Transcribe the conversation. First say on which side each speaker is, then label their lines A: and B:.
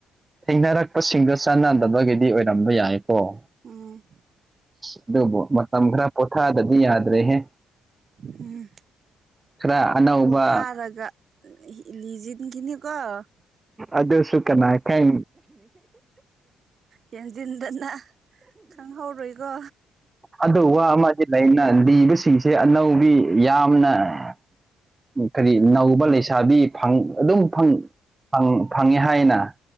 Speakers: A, on the right; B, on the right.
A: ꯊꯦꯡꯅꯔꯛꯄꯁꯤꯡꯗ ꯆꯥꯟꯅꯗꯕꯒꯤꯗꯤ ꯑꯣꯏꯔꯝꯕ ꯌꯥꯏ ꯑꯣ
B: ꯎꯝ
A: ꯑꯗꯨꯕꯣ ꯃꯇꯝ ꯈ꯭ꯔ ꯄꯣꯊꯥꯗꯗꯤ ꯌꯥꯗ꯭ꯔꯦꯍꯦ
B: ꯎꯝ
A: ꯈꯔ ꯑꯅꯧꯕ
B: ꯄꯣꯊꯥꯔꯒ ꯂꯤꯖꯤꯟꯒꯤꯅꯤ ꯀꫭ
A: ꯑꯗꯨꯁꯨꯨ ꯀꯅꯥꯥ ꯀꯥꯏ
B: ꯌꯦꯡꯁꯤꯟꯗꯅ ꯈꯪꯍꯧꯔꯣꯏꯀꯣ
A: ꯑꯗꯨ ꯋꯥ ꯑꯃꯗꯤ ꯂꯩꯅ ꯂꯤꯕꯁꯤꯡꯁꯦ ꯑꯅꯧꯕꯤ ꯌꯥꯝꯅ ꯀꯔꯤ
B: ꯑ
A: ꯅꯧꯕ ꯂꯩꯁꯥꯕꯤ ꯐꯪ ꯑꯗꯨꯝ ꯐꯪ ꯐꯪꯉꯦ ꯍꯥꯏꯅ